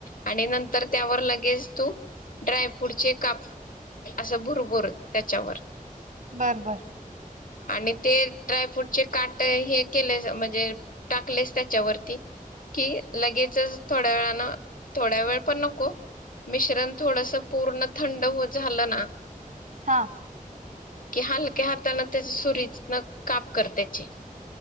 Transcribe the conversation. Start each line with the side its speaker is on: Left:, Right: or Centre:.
Left: आणि नंतर त्यावर लगेच तू ड्रायफ्रूटचे काप, असं भुरभुर त्याच्यावर.
Right: बर बर.
Left: आणि ते ड्रायफ्रूटचे काट हे केले म्हणजे, टाकलेस त्याच्यावरती कि लगेचच थोड्या वेळान थोड्या वेळ पण नको मिश्रण थोडस पूर्ण थंड होत झालं ना-
Right: हा.
Left: कि हलक्या हातान त्याची सुरी न काप कर त्याचे.